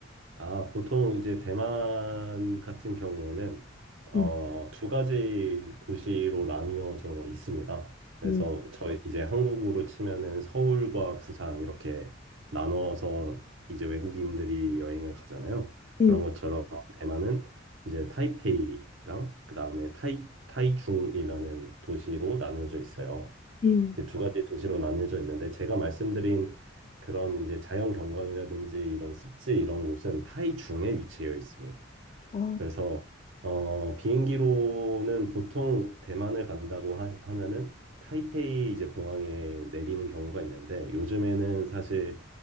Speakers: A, on the right; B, on the left.
A: 아, 보통 이제 대만 같은 경우에는 어,
B: 음,
A: 두 가지 도시로 나뉘어져 있습니다. 그래서
B: 음,
A: 저희 이제 한국으로 치면은 서울과 부산 이렇게 나눠서 이제 외국인들이 여행을 가잖아요.
B: 음,
A: 그런 것처럼 대만은 이제 타이페이랑 그다음에 타이 타이중이라는 도시로 나누어져 있어요.
B: 음.
A: 그 두 가지 도시로 나뉘어져 있는데 제가 말씀드린 그런 이제 자연 경관이라든지 이런 습지 이런 곳은 타이 중에 위치해 있습니다.
B: 아,
A: 그래서 어, 비행기로는 보통 대만을 간다고 하, 하면은 타이페이 이제 공항에 내리는 경우가 있는데 요즘에는 사실